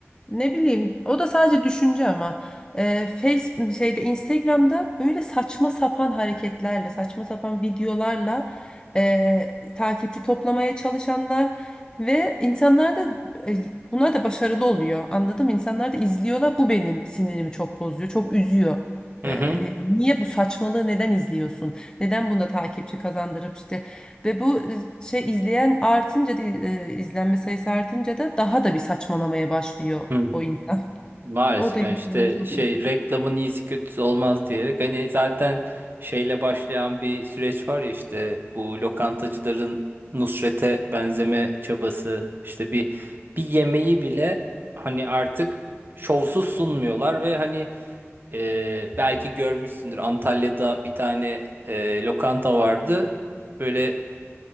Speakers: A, on the left; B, on the right.
A: ne bileyim o da sadece düşünce ama e, Face şeyde Instagram'da böyle saçma sapan hareketlerle saçma sapan videolarla e, takipçi toplamaya çalışanlar ve insanlar da e, bunlar da başarılı oluyor anladım mı? İnsanlar da izliyorlar bu benim sinirimi çok bozuyor çok üzüyor.
B: Hı
A: E,
B: hı.
A: niye bu saçmalığı neden izliyorsun? Neden buna takipçi kazandırıp işte ve bu e, şey izleyen artınca da e, izlenme sayısı artınca da daha da bir saçmalamaya başlıyor
B: Hı.
A: o insan. <laughs>
B: Maalesef
A: O da insanı
B: yani işte
A: çok
B: şey
A: üzüyor.
B: reklamın iyisi kötüsü olmaz diyerek hani zaten şeyle başlayan bir süreç var ya işte bu lokantacıların Nusret'e benzeme çabası işte bir bir yemeği bile hani artık şovsuz sunmuyorlar ve hani e, belki görmüşsündür Antalya'da bir tane e, lokanta vardı böyle